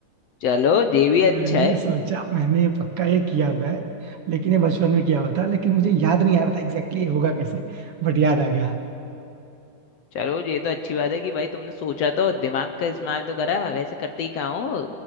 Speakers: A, on the left; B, on the right.
A: चलो ये भी अच्छा
B: मैंने
A: है
B: सोचा मैंने पक्का ये किया हुआ है लेकिन ये बचपन में किया हुआ था लेकिन मुझे याद नहीं आ रहा था एग्जैक्टली ये होगा कैसे बट याद आ गया
A: चलो ये तो अच्छी बात है कि भाई तुमने सोचा तो दिमाग का इस्तेमाल तो करा वैसे करते ही कहाँ हो